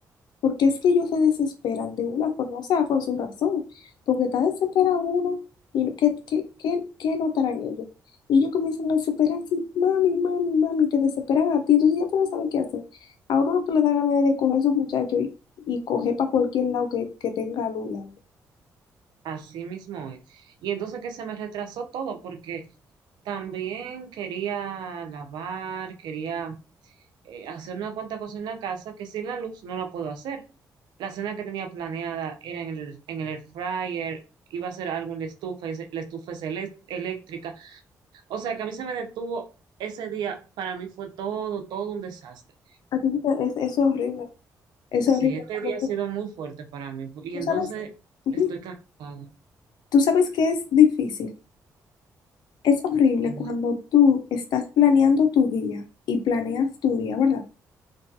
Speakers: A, on the left (about 75°); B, on the right (about 80°).
A: Porque es que ellos se desesperan de una forma, o sea, con su razón, porque está desesperado uno y no, ¿qué, qué, qué, qué notarán ellos? Y ellos comienzan a desesperar así, mami, mami, mami, te desesperan a ti, entonces ya tú no sabes qué hacer. A uno lo que le da ganas es de coger a su muchacho y, y coger para cualquier lado que, que tenga luz. y algo.
B: Así mismo es. Y entonces que se me retrasó todo porque también quería lavar, quería eh, hacer una cuanta cosa en la casa que sin la luz no la puedo hacer. La cena que tenía planeada era en el, en el air fryer, iba a hacer algo en la estufa, y se- la estufa es elec- eléctrica. O sea que a mí se me detuvo ese día, para mí fue todo, todo un desastre.
A: A ti te- es- Eso es horrible, eso
B: Sí,
A: es horrible.
B: este
A: Cuando
B: día
A: tú,
B: ha sido muy fuerte para mí y
A: tú
B: entonces
A: sabes, ujú,
B: estoy cansada.
A: tú sabes que es difícil, es horrible
B: Sí,
A: cuando tú estás planeando tu día y planeas tu día, ¿verdad?